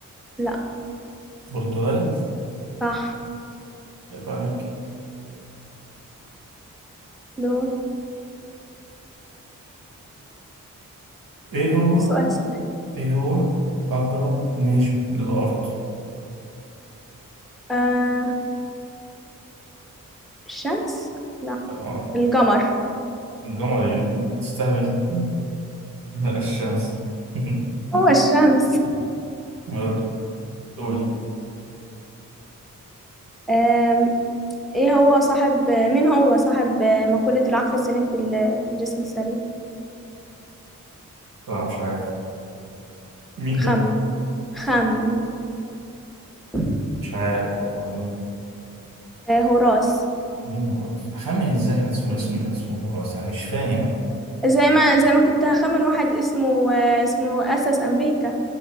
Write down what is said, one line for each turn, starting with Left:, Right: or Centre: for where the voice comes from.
Centre: لا
Right: برتغالي
Centre: صح
Right: طيب عليك
Centre: دول
Right: إيه هو
Centre: السؤال سهل
Right: إيه هو أقرب نجم للأرض؟
Centre: آه الشمس لا
Right: آه
Centre: القمر
Right: القمر إيه؟ تستهبل <laughs> لا، الشمس <laughs>
Centre: هو الشمس
Right: قولي قولي
Centre: آم، ايه هو صاحب مين هو صاحب مقولة العقل السليم في ال- في الجسم السليم
Right: لا مش عارف مين ده؟
Centre: خمن خمن <laughs>
Right: مش عارف والله مين
Centre: آه هوراس
Right: مين هو هخمن ازاي حد اسمه اسمه حد اسمه هوراس يعني مش فاهم انا
Centre: زي ما زي ما كنت هخمن واحد اسمه آه اسمه أسس أمريكا